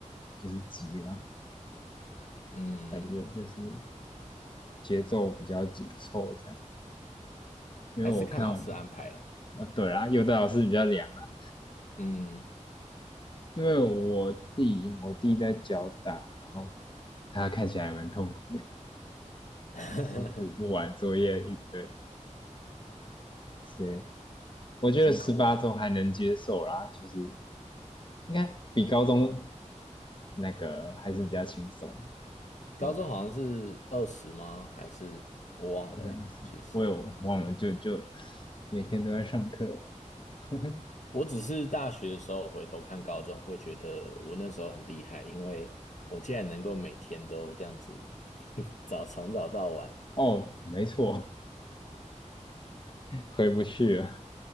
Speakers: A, on the left; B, on the left.
A: 就是急啦，
B: 嗯，
A: 感觉就是节奏比较紧凑这样。因为我看
B: 还是看老师安排啦。
A: 呃，哦对啦，有的老师比较凉啦，
B: 嗯，
A: 因为我弟我弟在脚打，然后他看起来还蛮痛苦
B: <laughs>
A: 的，<laughs> 书读不完，作业一堆，所以我觉得十八周还能接受啦，
B: 辛苦啊。
A: 就是应该比高中那个还是比较轻松。
B: 高中好像是二十吗？
A: 对，
B: 还是我忘了欸其实
A: 好像是，我有忘了，就就每天都在上课。<laughs>
B: 我只是大学的时候回头看高中，会觉得我那时候很厉害，因为我竟然能够每天都这样子 <laughs> 早从早到晚。
A: 哦，没错，回不去了，